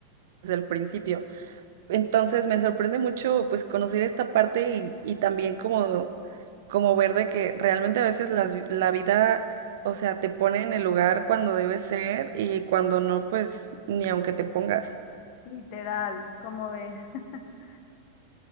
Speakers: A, on the right (about 55°); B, on the left (about 45°).
A: desde el principio. Entonces me sorprende mucho pues conocer esta parte y, y también como, como ver de que realmente a veces las, vi- la vida, o sea, te pone en el lugar cuando debe ser y cuando no, pues ni aunque te pongas.
B: Literal, ¿cómo ves? <laughs>